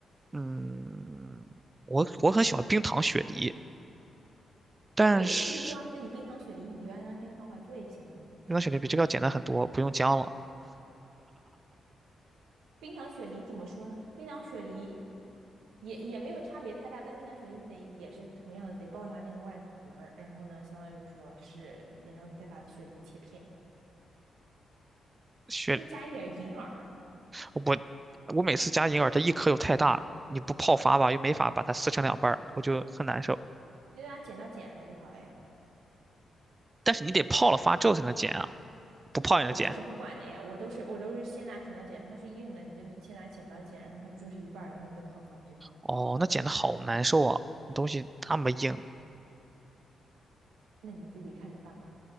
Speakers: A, on the right; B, on the right.
A: 嗯，我我很喜欢冰糖雪梨，但是
B: 那也可以做啊。那你冰糖雪梨你就按照那个方法做也行啊。
A: 冰糖雪梨比这个要简单很多，不用姜了。
B: 冰糖雪梨怎么说呢？冰糖雪梨也也没有差别太大，但冰糖雪梨你得也是同样的得爆它那个外壳然后呢，相当于说是，然后你再把雪梨切片，
A: 雪，
B: 可以加一点银耳，
A: 我我每次加银耳，它一颗又太大，你不泡发吧，又没法把它撕成两半儿，我就很难受。
B: 你就拿剪刀剪它就好了呀。
A: 但是你得泡了发之后才能剪啊，不泡也能剪。
B: 那我是不管的呀，我都是我都是先拿剪刀剪，它是硬的，你就先拿剪刀剪，然后它不就是一半儿，然后你再泡发不就好了？
A: 哦，那剪的好难受啊，东西那么硬。
B: 那你自己看着办吧。